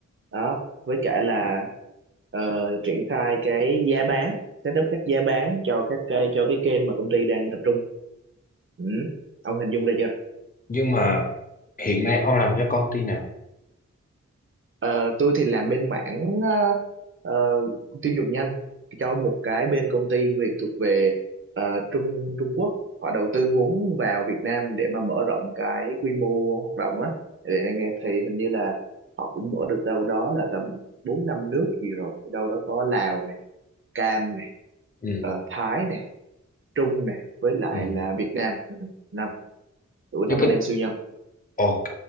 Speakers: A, on the right (about 45°); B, on the left (about 30°).
A: Đó, với cả là ờ, triển khai cái giá bán, set up các giá bán cho các cái- cho cái kênh mà công ty đang tập trung. Ừ. Ông hình dung ra chưa?
B: Nhưng mà hiện nay ông làm cho công ty nào?
A: Ờ, tôi thì làm bên mảng ờ, ờ, tiêu dùng nhanh cho một cái bên công ty Việt thuộc về ờ, Trung Trung Quốc họ đầu tư vốn vào Việt Nam để mà mở rộng cái quy mô hoạt động á để anh nghe thì hình như là họ cũng mở được đâu đó là tầm bốn năm nước gì rồi đâu đó có Lào này Cam này
B: Ừ,
A: ờ, Thái này Trung này với lại
B: ừ.
A: là Việt Nam Ừ, năm tuổi năm
B: Chứ cái
A: anh em siêu nhân
B: ok.